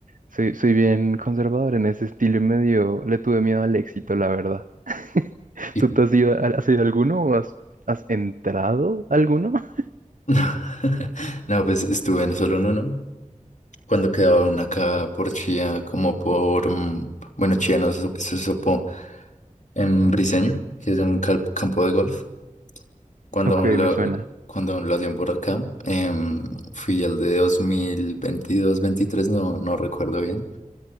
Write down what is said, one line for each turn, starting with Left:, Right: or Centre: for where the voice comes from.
Right: Soy, soy bien conservador en ese estilo y medio, le tuve miedo al éxito, la verdad. <laughs>
Left: Y...
Right: ¿Tú te has ido, a- has ido a alguno o has, has entrado a alguno? <laughs>
Left: <laughs> No, pues estuve en solo en uno. Cuando quedaba una acá por Chía, como por. mm, Bueno, Chía no, eso, eso es Sopó, en Briseño, que es un cal- campo de golf. Cuando
Right: Ok,
Left: aún lo,
Right: me suena.
Left: cuando aún lo hacían por acá, em, fui al de 2022-23, no, no recuerdo bien,